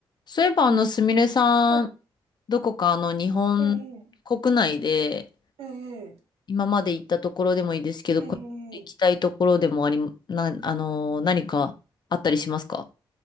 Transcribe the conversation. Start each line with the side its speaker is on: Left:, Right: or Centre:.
Left: そういえば、あの、すみれさん、
Right: はい。
Left: どこかあの、日本国内で、
Right: ええ、ええ、
Left: 今まで行ったところでもいいですけど、
Right: ええ、
Left: これから行きたいところでもあり、な、あのー、何かあったりしますか